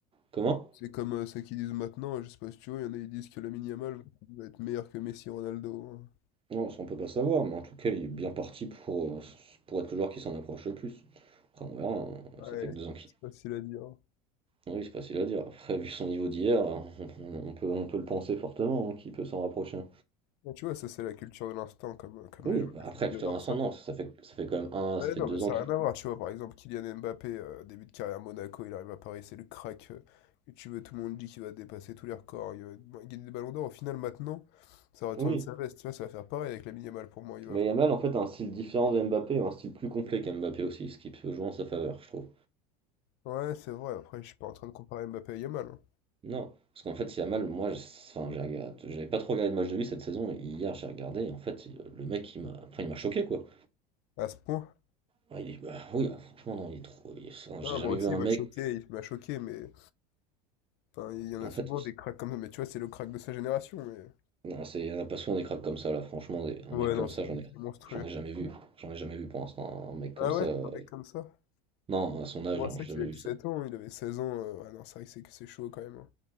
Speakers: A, on the right (about 25°); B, on the left (about 55°).
A: Comment?
B: C'est comme euh, ceux qui disent maintenant, je sais pas si tu vois, il y en a qui disent que Lamine Yamal va être meilleur que Messi Ronaldo. hein.
A: Non, ça on peut pas savoir, mais en tout cas, il est bien parti pour, euh, pour être le joueur qui s'en approche le plus. Après, on verra, hein,
B: Ouais,
A: ça fait que deux ans qu'il.
B: c'est facile à dire. hein.
A: Oui, c'est facile à dire. Après, vu son niveau d'hier, on, on peut, on peut le penser fortement, hein, qu'il peut s'en rapprocher.
B: Mais tu vois, ça c'est la culture de l'instant, comme, euh, comme
A: Oui,
B: les gens
A: bah
B: du
A: après,
B: foot, ils
A: plutôt
B: adorent
A: Vincent,
B: ça.
A: non, parce que ça fait, ça fait quand même un,
B: Ouais,
A: ça fait
B: non,
A: deux
B: mais ça
A: ans qu'il.
B: n'a rien à voir, tu vois, par exemple, Kylian Mbappé, euh, début de carrière à Monaco, il arrive à Paris, c'est le crack euh, que tu veux, tout le monde dit qu'il va dépasser tous les records, il va bon, gagner des ballons d'or, au final maintenant, ça retourne
A: Oui,
B: sa veste, tu vois, ça va faire pareil avec Lamine Yamal pour moi, il va.
A: mais Yamal en fait a un style différent de Mbappé, un style plus complet qu'Mbappé aussi, ce qui peut jouer en sa faveur, je trouve.
B: Ouais, c'est vrai, après je suis pas en train de comparer Mbappé à Yamal, hein.
A: Non, parce qu'en fait, si Yamal, moi, je- enfin, j'ai regardé- j'avais pas trop regardé de match de lui cette saison, et hier j'ai regardé, et en fait, il- le mec, il m'a, enfin, il m'a choqué, quoi.
B: à ce point.
A: Ouais, il est- bah, oui, ah, franchement, non, il est trop. il- enfin,
B: Ah,
A: j'ai jamais
B: moi
A: vu
B: aussi,
A: un
B: il m'a
A: mec,
B: choqué, il m'a choqué, mais Enfin, il y en
A: en
B: a souvent
A: fait,
B: des cracks comme ça, mais tu vois, c'est le crack de sa génération, mais...
A: non, c'est, on a pas souvent des cracks comme ça, là, franchement, des- un
B: Ouais,
A: mec comme
B: non, Ouais. c'est
A: ça, j'en
B: vrai que
A: ai,
B: c'est monstrueux.
A: j'en ai jamais vu, j'en ai jamais vu pour l'instant, un mec comme
B: Ah
A: ça,
B: ouais,
A: euh,
B: un mec comme ça.
A: non, à son âge,
B: Bon,
A: hein,
B: c'est
A: j'ai
B: vrai
A: jamais
B: qu'il a 17
A: vu ça.
B: ans, hein, il avait 16 ans. euh, Ouais, non, c'est vrai que c'est que c'est chaud quand même. hein.